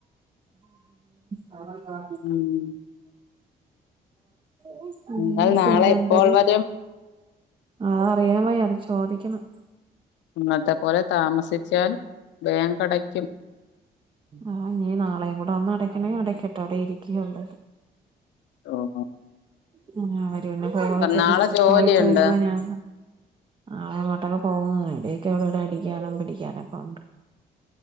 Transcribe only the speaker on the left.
ഉം.
എന്നാൽ നാളെ
എപ്പോൾ വരെ
ഇന്നത്ത പോല താമസിച്ചാൽ ബാങ്ക് അടക്കും
ഓഹോ
നാളെ ജോലിയുണ്ട്